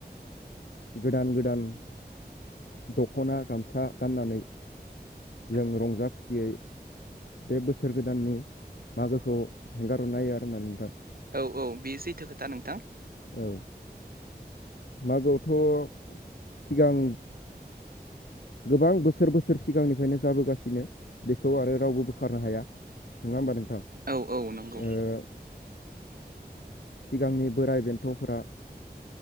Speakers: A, on the left; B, on the right.
A: गोदान गोदान दख'ना गामसा गाननानै
B: औ
A: जों रंजा खुसियै बे बोसोर गोदाननि मागोखौ हेंगार हरनो हायो आरोना नोंथां
B: औ औ बे सैथो खोथा नोंथां
A: औ मागोआवथ' सिगां गोबां बोसोर बोसोर सिगांनिफ्रायनो जाबोगासिनो बेखौ आरो रावबो बोखारनो हाया नङा होमबा नोंथां
B: औ औ नंगौ
A: ओ सिगांनि बोराइ बेन्थ'फोरा